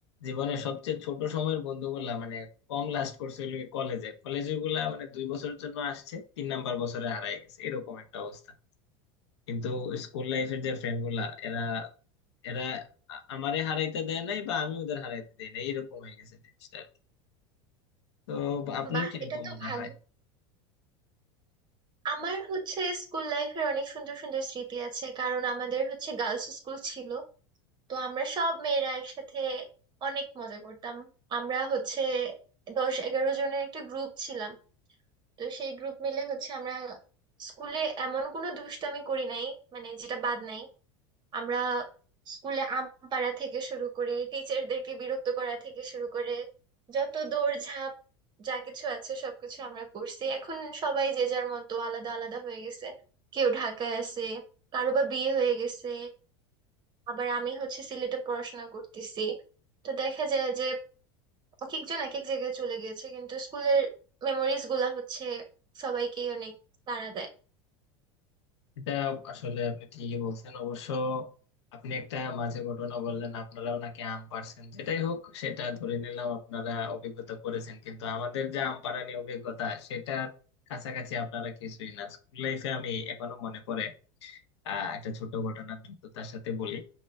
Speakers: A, on the left; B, on the right.
A: জীবনের সবচেয়ে ছোট সময়ের বন্ধুগুলা মানে কম লাস্ট করছে হলো কলেজে কলেজে গুলা মানে দুই বছরের জন্য আসছে তিন নাম্বার বছরে হারায় গেছে এরকম একটা অবস্থা কিন্তু স্কুল লাইফের যে ফ্রেন্ড গুলা এরা এরা আ- আমারে হারাইতে দেয় নাই বা আমি ওদের হারাইতে দেই না এরকম হয়ে গেছে জিনিসটা আর কি। তো আপনার
B: বাহ
A: কিরকম
B: এটা তো
A: মনে
B: ভালো
A: হয়
B: আমার হচ্ছে স্কুল লাইফের অনেক সুন্দর সুন্দর স্মৃতি আছে কারণ আমাদের হচ্ছে গার্লস স্কুল ছিল তো আমরা সব মেয়েরা একসাথে অনেক মজা করতাম আমরা হচ্ছে দশ এগারো জনের একটা গ্রুপ ছিলাম তো সেই গ্রুপ মিলে হচ্ছে আমরা স্কুলে এমন কোনো দুষ্টামি করি নাই মানে যেটা বাদ নাই আমরা স্কুলে আম পাড়া থেকে শুরু করে টিচারদেরকে বিরক্ত করা থেকে শুরু করে যত দৌড়ঝাঁপ যা কিছু আছে সবকিছু আমরা করছি এখন সবাই যে যার মতো আলাদা আলাদা হয়ে গেছে কেউ ঢাকায় আছে কারো বা বিয়ে হয়ে গেছে আবার আমি হচ্ছে সিলেটে পড়াশোনা করতেছি তো দেখা যায় যে এক একজন এক এক জায়গায় চলে গিয়েছে কিন্তু স্কুলের মেমোরিজ গুলা হচ্ছে সবাইকেই অনেক তাড়া দেয়
A: এটা আসলে আপনি ঠিকই বলছেন অবশ্য আপনি একটা মাঝে ঘটনা বললেন আপনারাও নাকি আম পাড়ছেন যেটাই হোক সেটা ধরে নিলাম আপনারা অভিজ্ঞতা করেছেন কিন্তু আমাদের যে আম পাড়া নিয়ে অভিজ্ঞতা সেটার কাছাকাছি আপনারা কিছুই না স্কুল লাইফে আমি এখনো মনে পড়ে আহ একটা ছোট ঘটনা দ্রুততার সাথে বলি